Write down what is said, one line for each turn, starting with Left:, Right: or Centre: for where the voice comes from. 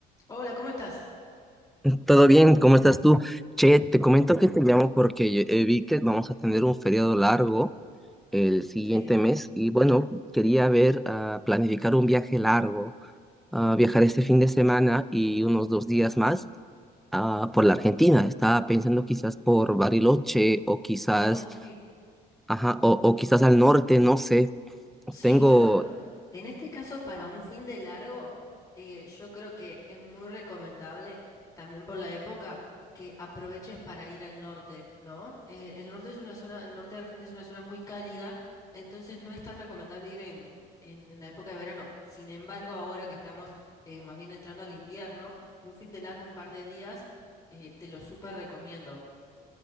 Left: Hola, ¿cómo estás?
Centre: Todo bien, ¿cómo estás tú? Che, te comento que te llamo porque eh, vi que vamos a tener un feriado largo el siguiente
Left: Sí.
Centre: mes y bueno, quería ver, ah, planificar un viaje largo, ah, viajar este fin de semana y unos dos días más ah, por la Argentina. Estaba pensando quizás por Bariloche o quizás,
Left: Ay, sí.
Centre: ajá, o, o quizás al norte, no sé.
Left: Sí,
Centre: Tengo,
Left: bueno, en este caso para un fin de largo, eh, yo creo que es muy recomendable, también por la época, que aproveches para ir al norte, ¿no? Eh, el norte es una zona, el norte de Argentina es una zona muy cálida, entonces no es tan recomendable ir en, en, en la época de verano. Sin embargo, ahora que estamos eh, más bien entrando al invierno y un fin de largo, un par de días, eh, te lo súper recomiendo.